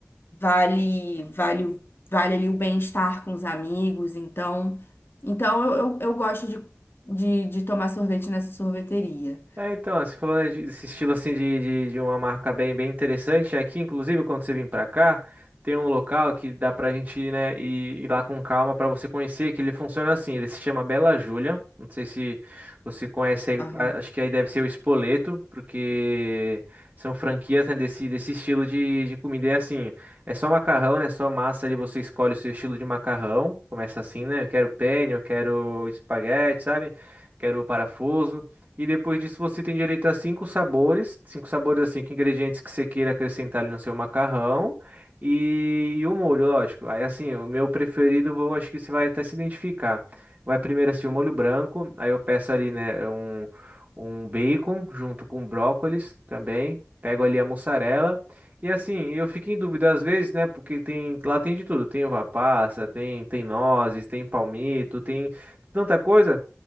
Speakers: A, on the left (about 50°); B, on the right (about 35°).
A: vale, vale, o- vale ali o bem-estar com os amigos. Então, então eu, eu, eu gosto de, de, de tomar sorvete nessa sorveteria.
B: É, então, você falou, né, de- desse estilo assim de, de, de uma marca bem, bem interessante. Aqui, inclusive, quando você vir pra cá, tem um local que dá pra gente ir, né, ir, ir lá com calma pra você conhecer, que ele funciona assim, ele se chama Bela Júlia. Não sei se você conhece aí,
A: Aham.
B: a- acho que aí deve ser o Espoleto, porque são franquias, né, desse, desse estilo de, de comida. E é assim, é só macarrão, né, só massa ali, você escolhe o seu estilo de macarrão. Começa assim, né, eu quero penne, eu quero espaguete, sabe? Quero parafuso. E depois disso você tem direito a cinco sabores, cinco sabores assim, cinco ingredientes que você queira acrescentar ali no seu macarrão e, e o molho, lógico. Aí assim, o meu preferido, eu acho que você vai até se identificar. Vai primeiro assim o molho branco, aí eu peço ali, né, um, um bacon junto com brócolis também, pego ali a mussarela. E assim, eu fico em dúvida às vezes, né, porque tem, lá tem de tudo, tem uva passa, tem, tem nozes, tem palmito, tem tanta coisa